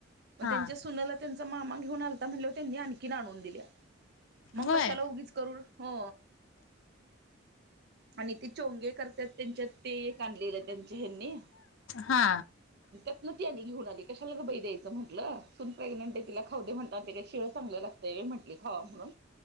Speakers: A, on the right (about 55°); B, on the left (about 80°).
A: मग
B: हा
A: त्यांच्या सुनला त्यांचा मामा घेऊन आलता, म्हणल्यावर त्यांनी आणखीन आणून दिल्या. मग
B: होय
A: कशाला उगीच करू हो आणि ते चोंगे करतात त्यांच्यात ते एक आणलेले. त्यांच्या ह्यांनी
B: हा
A: त्यातन ते आणी घेऊन आले. ते कशाला ग बाई द्यायचं म्हटलं सून प्रेग्नेंट आहे तिला खाऊ दे म्हणता, ते काय शिळ चांगल लागतं म्हटलं खावा म्हणून